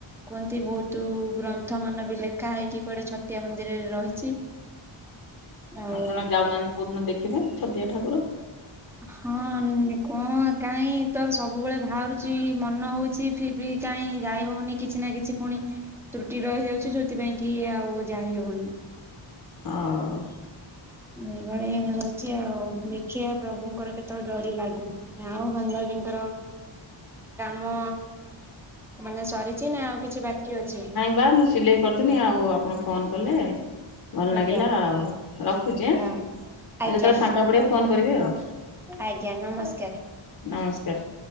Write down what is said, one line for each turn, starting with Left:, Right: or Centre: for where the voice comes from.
Centre: କୁହନ୍ତି ବହୁତ ଗ୍ରନ୍ଥ ମାନ ବି ଲେଖା ହେଇକି କୁଆଡେ ଛତିଆ ମନ୍ଦିରରେ ରହିଛି। ଆଉ
Left: ଆପଣ ଯାଉନାହାନ୍ତି କୋଉ ଦିନ ଦେଖିବେ ଛତିଆ ଠାକୁର।
Centre: ହଁ କଣ କାହିଁ ତ ସବୁବେଳେ ବାହାରୁଚି ମନ ହଉଛି। ଫିର ବି କାଇଁ ଯାଇ ହଉନି କିଛି ନା କିଛି ପୁଣି ତ୍ରୁଟି ରହିଯାଉଛି, ଯୋଉଥିପାଇଁ କି ଆଉ ଯାଇ ହଉନି।
Left: ହଉ।
Centre: ଏଭଳି ହଉଛି, ଆଉ ଦେଖିଆ ପ୍ରଭୁଙ୍କର କେତେବେଳେ ଡୋରି ଲାଗୁଚି ଆଉ ବାନ୍ଧବୀଙ୍କର କାମ ମାନେ ସରିଛି, ନା ଆଉ କିଛି ବାକି ଅଛି।
Left: ପା ମୁଁ ସିଲେଇ କ ଥିନି ଆଉ ଆପଣ ଫୋନ୍ କଲେ ଭଲ
Centre: ଆଜ୍ଞା
Left: ଲାଗିଲା ଆଉ ରଖୁଛି ଆଁ।
Centre: ଯା
Left: ଆଉ
Centre: ଆଜ୍ଞା
Left: ଯେତେବେଳେ ଫାଙ୍କା ପଡିବେ ଫୋନ କରିବେ, ଆଉ
Centre: ଆଜ୍ଞା ନମସ୍କାର।
Left: ନମସ୍କାର।